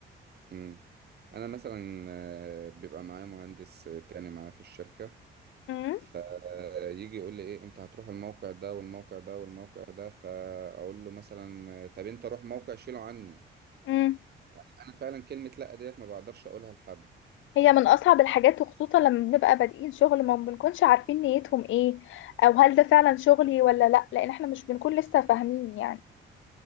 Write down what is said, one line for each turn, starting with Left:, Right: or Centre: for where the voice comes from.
Right: مم. انا مثلا آه، بيبقى معايا مهندس تاني معايا في الشركه
Left: امم
Right: فيجي يقول لي ايه انت هتروح الموقع ده والموقع ده والموقع ده فاقول له مثلا آه، طب انت روح موقع شيله عني
Left: امم
Right: يعني انا فعلا كلمه لا ديت ما بقدرش اقولها لحد
Left: هي من اصعب الحاجات وخصوصا لما بنبقى بادئين شغل ما بنكونش عارفين نيتهم ايه او هل ده فعلا شغلي ولا لا لان احنا مش بنكون لسه فاهمين يعني